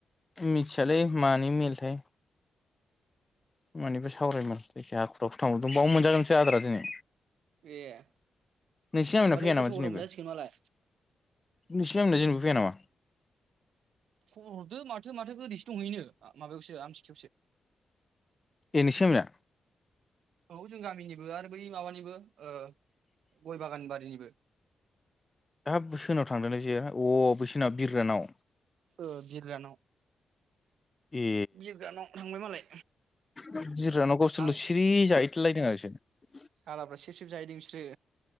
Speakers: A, on the left; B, on the right.
A: मिथियालै मानि मेलथाय मानिफ्राय सावरायामोन ऐसे हाखु दाखु थांब्रबदो़ बाव मोनजागोनसै आद्रा दिनै
B: ए
A: नोंसिनि आंनिया
B: माथो
A: फैया
B: गोथाव
A: नामा
B: गोथाव
A: दिनैबो
B: मोनजासिगोन मालाय
A: नोंसिनि आंना जेबो फैया नामा
B: खबर हरदो माथो माथोखौ दिस दंहैनो माबायावसो आमथिखायावसो
A: ए नोंसिनि गामिना
B: <inaudible> औ जों गामिनिबो आर बै माबानिबो ओ गय बागान बारिनिबो <inaudible>
A: हाब बो सोरनाव थांदोंथाय जेआ अ बैसोनाव बिरग्रानाव
B: ओ बिरग्रानाव
A: <inaudible> ए
B: बिरग्रानाव थांबाय मालाय
A: बिरग्रानाव गावसोरल'
B: आं
A: सिरि जाहैथलायदों आरो <unintelligible>
B: सालाफ्रा सिब सिब जाहैदों फिस्रो